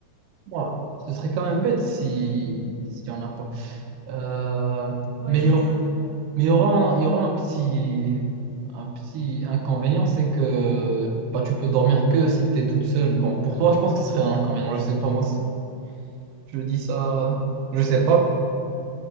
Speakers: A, on the right (about 90°); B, on the right (about 70°).
A: Voilà. Ce serait quand même bête si, si on n'a pas. Euh,
B: Moi,
A: mais
B: je
A: il y
B: dirais
A: aura,
B: ça.
A: mais il y
B: Hein?
A: aura un, il y aura un petit, un petit inconvénient, c'est que bah, tu peux dormir que si tu es toute seule. Bon, pour toi, je pense que ce serait un inconvénient. Je sais pas, moi, c'est- Je dis ça,
B: Quoi
A: je sais pas.